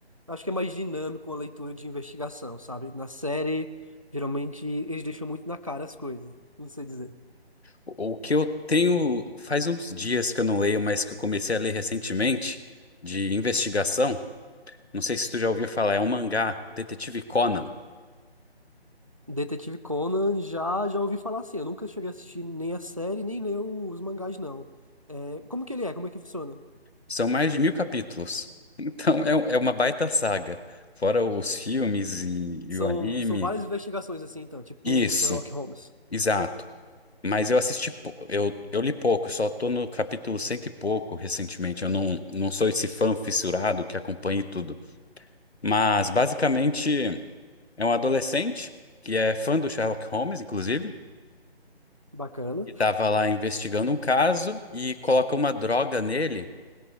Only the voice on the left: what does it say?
O que eu tenho faz uns dias que eu não leio, mas que eu comecei a ler recentemente, de investigação. Não sei se tu já ouviu falar, é um mangá, Detetive Conan.
São mais de mil capítulos. <laughs> Então é, um- é uma baita saga. Fora os filmes e, e
o anime.
Isso,
exato. Mas eu assisti, pou- eu, eu li pouco, só tô no capítulo cento e pouco recentemente. Eu não, não sou esse fã fissurado que acompanha tudo. Mas basicamente. É um adolescente que é fã do Sherlock Holmes, inclusive,
e estava lá investigando um caso e coloca uma droga nele